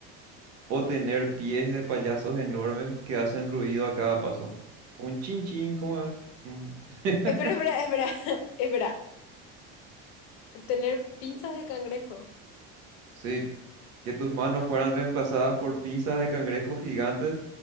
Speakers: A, on the right (about 60°); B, on the left (about 70°).
A: o tener pies de payasos enormes que hacen ruido a cada paso? Un chin chin, ¿cómo es? Un- <laughs>
B: Espera, espera, espera, <laughs> espera. Tener pinzas de cangrejo.
A: Sí, que tus manos fueran reemplazadas por pinzas de cangrejos gigantes